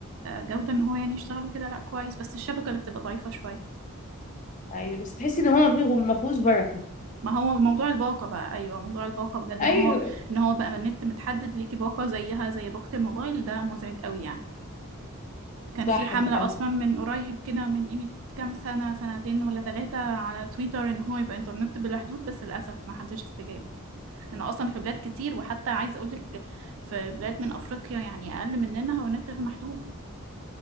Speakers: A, on the right (about 65°); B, on the left (about 35°).
A: كجودة ان هو يعني يشتغل وكده لا كويس بس الشبكة اللي بتبقى ضعيفة شوية
B: ايوه بس تحسي ان هو ما فيه- ما فيهوش بركة
A: ما هو موضوع الباقة بقى ايوه موضوع الباقة بجد
B: ايوه
A: ان هو ان هو بقى النت متحدد ليكي باقة زيها زي باقة الموبايل ده مزعج قوي يعني كان
B: صح
A: في حملة
B: فعلا
A: اصلا من قريب كده من قيمة كام سنة سنتين ولا ثلاثة على تويتر ان هو يبقى انترنت بلا حدود بس للأسف ما حدش استجاب لأنه اصلا في بلاد كتير وحتى عايزة اقول لك في بلاد من افريقيا يعني اقل مننا هو النت غير محدود